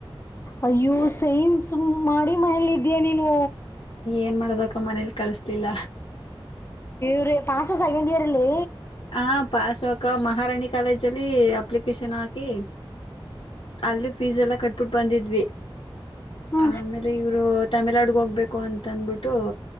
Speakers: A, on the left; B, on the left.
A: ಅಯ್ಯೋ ಸೈನ್ಸ್ ಮಾಡಿ ಮಹಳಿದ್ಯಾ ನೀನು
B: ಏನ್ ಮಾಡೋದ ಅಕ್ಕ ಮನೇಲಿ ಕಳಿಸ್ತಿಲ್ಲ
A: ವ್ರ ಪಸ್ ಸೆಕೆಂಡ್ ಇಯರ್ ಇಲ್ಲಿ
B: ಹಾ ಪಸ್ ಕ ಮಹಾರಾಣಿ ಕಾಲೇಜ್ ಅಲ್ಲಿ ಅಪ್ಲಿಕೇಶನ್ ಹಾಕಿ ಹ ಅಲ್ಲಿ ಫೀಸ್ ಎಲ್ಲ ಕಟ್ಬಿಟ್ಟು ಬಂದಿದ್ವಿ
A: ಹಾ
B: ಆ ಆಮೇಲೆ ಇವ್ರು ತಮಿಳ್ನಾಡುಗ ಹೋಗ್ಬೇಕು ು ಅಂತ ಅಂದಬಿಟ್ಟು